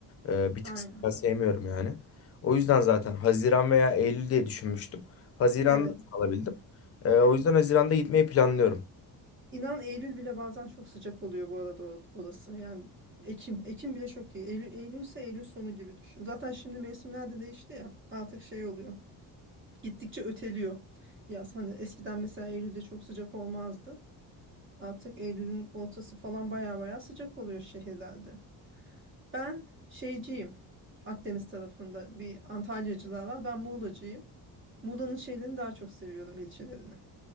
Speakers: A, on the left; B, on the right.
A: Ee, bir
B: Aynen.
A: tık sıcağı sevmiyorum yani. O yüzden zaten Haziran veya Eylül diye düşünmüştüm. Haziran'da
B: Evet.
A: alabildim. Ee, o yüzden Haziran'da gitmeyi planlıyorum.
B: İnan Eylül bile bazen çok sıcak oluyor bu arada or- orası. Yani Ekim. Ekim bile çok iyi. Eylül, Eylül ise Eylül sonu gibi düşün. Zaten şimdi mevsimler de değişti ya. Artık şey oluyor. Gittikçe öteliyor. Yaz hani eskiden mesela Eylül'de çok sıcak olmazdı. Artık Eylül'ün ortası falan baya baya sıcak oluyor şehirlerde. Ben şeyciyim. Akdeniz tarafında bir Antalyacılar var. Ben Muğlacıyım. Muğla'nın şeylerini daha çok seviyorum ilçelerini.